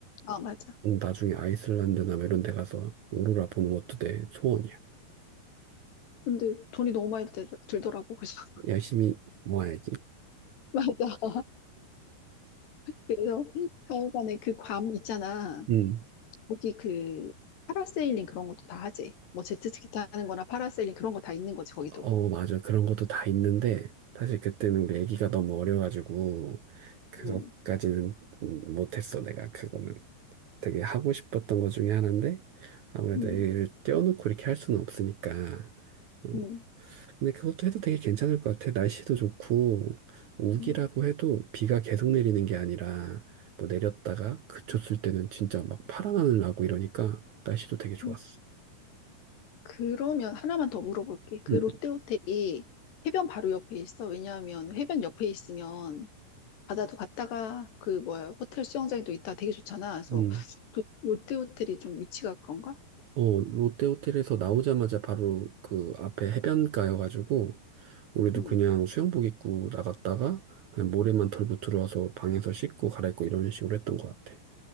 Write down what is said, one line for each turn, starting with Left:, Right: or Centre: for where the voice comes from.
Left: 아 맞아.
Right: 응, 나중에 아이슬란드나 뭐 이런 데 가서 오로라 보는 것도 내 소원이야.
Left: 근데 돈이 너무 많이 들- 들더라고. 그래서
Right: 열심히 모아야지.
Left: <laughs> 맞아. 그래서 하여간에 그 괌 있잖아.
Right: 응.
Left: 거기 그 파라세일링 그런 것도 다 하지. 뭐 제트스키 타는 거나 파라세일링 그런 거 다 있는 거지, 거기도.
Right: 어, 맞아. 그런 것도 다 있는데, 사실 그때는 우리 아기가 너무 어려가지고, 그것까지는
Left: 음,
Right: 음, 못했어, 내가. 그거는 되게 하고 싶었던 것 중에 하나인데, 아무래도
Left: 음,
Right: 애를 떼어놓고 이렇게 할 수는 없으니까. 어,
Left: 음,
Right: 근데 그것도 해도 되게 괜찮을 것 같아. 날씨도 좋고, 우기라고
Left: 음,
Right: 해도 비가 계속 내리는 게 아니라, 뭐 내렸다가 그쳤을 때는 진짜 막 파란 하늘 나고 이러니까 날씨도 되게 좋았어.
Left: 음. 그러면 하나만 더 물어볼게. 그
Right: 응,
Left: 롯데 호텔이 해변 바로 옆에 있어. 왜냐하면 해변 옆에 있으면 바다도 갔다가 그 뭐야 호텔 수영장도 있다 되게 좋잖아. 그래서
Right: 응.
Left: 롯- 롯데 호텔이 좀 위치가 그런가?
Right: 어, 롯데 호텔에서 나오자마자 바로 그 앞에 해변가여가지고, 우리도
Left: 음.
Right: 그냥 수영복 입고 나갔다가, 그냥 모래만 털고 들어와서 방에서 씻고 갈아입고 이런 식으로 했던 것 같아.